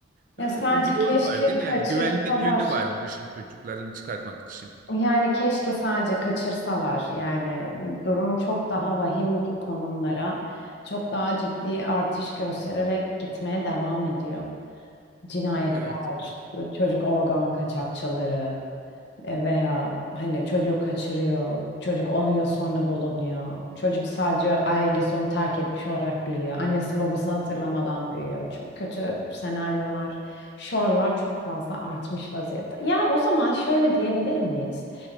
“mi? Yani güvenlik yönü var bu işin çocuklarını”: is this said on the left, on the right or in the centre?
Right